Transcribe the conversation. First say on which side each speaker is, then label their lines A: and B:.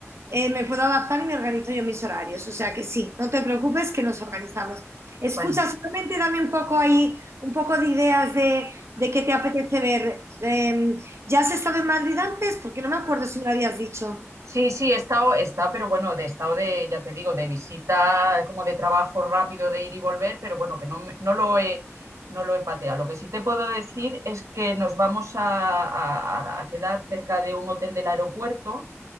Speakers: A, on the right (about 65°); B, on the right (about 80°).
A: eh, me puedo adaptar y me organizo yo mis horarios, o sea que sí, no te preocupes que nos organizamos. Escucha,
B: Bueno,
A: solamente dame un poco ahí, un poco de ideas de, de qué te apetece ver. Eh, ¿ya has estado en Madrid antes? Porque no me acuerdo si me lo habías dicho.
B: sí, sí, he estado, he pero bueno, de estado de, ya te digo, de visita, como de trabajo rápido de ir y volver, pero bueno, que no, me- no lo he, no lo he pateado. Lo que sí te puedo decir es que nos vamos a, a- a quedar cerca de un hotel del aeropuerto,